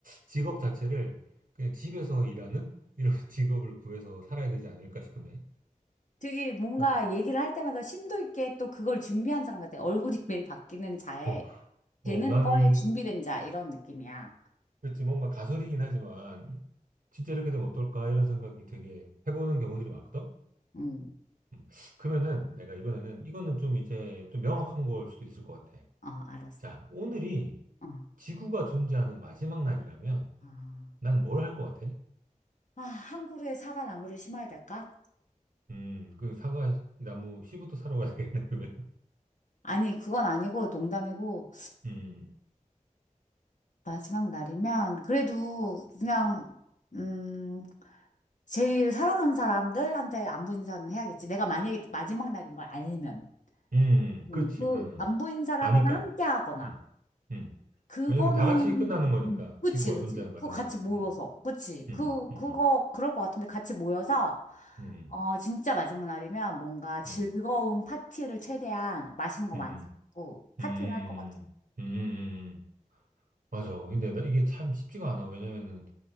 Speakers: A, on the right; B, on the left.
A: 직업 자체를 그냥 집에서 일하는 이런 <laughs> 직업을 구해서 살아야 되지 않을까 싶은데.
B: 되게 뭔가
A: 어,
B: 얘기를 할 때마다 심도 있게 또 그걸 준비한 사람 같아. 얼굴이 매일 바뀌는 자에,
A: 어, 어,
B: 되는
A: 나는
B: 거에
A: 이,
B: 준비된 자, 이런 느낌이야.
A: 그렇지, 뭔가 가설이긴 하지만 진짜 이렇게 되면 어떨까 이런 생각이 되게 해보는 경우들이 많거든.
B: 응.
A: 음. 그러면은 내가 이번에는 이거는 좀 이제 좀 명확한 걸 수도 있을 것 같아.
B: 어, 알았어.
A: 자, 오늘이
B: 어.
A: 지구가 존재하는 마지막 날이라면
B: 아,
A: 난 뭘 할 것 같아?
B: 아, 항구루에 사과나무를 심어야 될까?
A: 음, 그 사과 나무 씨부터 사러 가야 되겠네, 그러면.
B: 아니, 그건 아니고 농담이고,
A: 음,
B: 마지막 날이면, 그래도 그냥, 음, 제일 사랑하는 사람들한테 안부 인사는 해야겠지. 내가 만약에 마지막 날인 걸 알면.
A: 음, 음, 그렇지.
B: 음, 그,
A: 음.
B: 안부 인사를
A: 아니까.
B: 하거나 함께 하거나.
A: 음, 음.
B: 그거는,
A: 왜냐면 다 같이 끝나는 거니까
B: 음, 그치,
A: 지구가
B: 그치.
A: 존재하는 마지막
B: 그거 같이
A: 날이.
B: 모여서.
A: 음,
B: 그치.
A: 음,
B: 그, 그거,
A: 음,
B: 그럴 것 같은데 같이 모여서,
A: 음,
B: 어, 진짜 마지막 날이면 뭔가 즐거운
A: 음,
B: 파티를 최대한 맛있는 거
A: 음,
B: 많이 잡고 파티를
A: 음, 음,
B: 할 것 같아.
A: 음, 음, 음, 음. 음. 맞아. 근데 나 이게 참 쉽지가 않아. 왜냐면은